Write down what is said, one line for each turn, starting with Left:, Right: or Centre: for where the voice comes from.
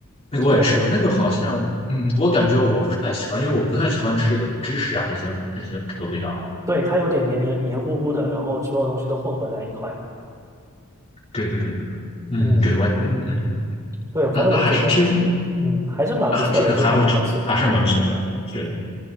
Left: 那个我也吃过，
Right: 对对对，
Left: 那个好像，嗯，我感觉我不是太喜欢，因为我不太喜欢吃这个芝士呀，这些这些这个味道。
Right: 对，它有点黏黏黏糊糊的，然后所有东西都混合在一块。
Left: 对对对对，嗯，
Right: 嗯，
Left: 对我嗯嗯，
Right: 对，
Left: 那那还是挺
Right: 反正我觉得还，嗯，还是蛮不错的，
Left: 还挺还不错，
Right: 就是很多好吃的。
Left: 还是蛮不错的，嗯是的。